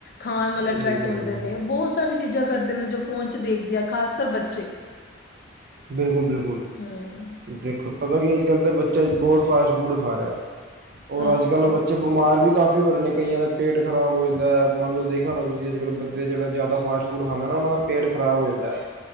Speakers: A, on the left; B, on the right.
A: ਖਾਣ
B: ਬਿਲਕੁਲ
A: ਵਲ ਅਟਰੈਕਟ
B: ਬਿਲਕੁਲ
A: ਹੁੰਦੇ ਨੇ ਬੋਤ ਸਾਰੀ ਚੀਜ਼ਾਂ ਕਰਦੇ ਨੇ ਜੋ ਫੋਨ ਚ ਦੇਖਦੇ ਆ ਖ਼ਾਸ ਕਰ ਬੱਚੇ
B: ਬਿਲਕੁਲ ਬਿਲਕੁਲ
A: ਹਮ
B: ਦੇਖੋ ਪਤਾ ਕੀ ਅੱਜਕੱਲ ਦਾ ਬੱਚਾ ਬਹੁਤ ਫਾਸਟ ਫੂਡ ਖਾ ਰਿਆ ਔਰ
A: ਹਾਂ
B: ਅੱਜ ਕੱਲ ਬ ਚੇ ਬੀਮਾਰ ਵੀ ਕਾਫੀ ਹੋ ਰੇ ਨੇ। ਕਈਆਂ ਦਾ ਪੇਟ ਖਰਾਬ ਹੋ ਜਾਂਦਾ ਮਨਲੋ ਦੇਖਿਆ ਹੋਣਾ ਤੁਸੀ ਅਜਕਲ ਬੱਚੇ ਜੇੜਾ ਜਾਦਾ ਫਾਸਟ ਫ਼ੂਡ ਖਾਂਦੇ ਨੇ ਨਾ ਓਨਾ ਦਾ ਪੇਟ ਖਰਾਬ ਹੋ ਜਾਂਦਾ ਐ,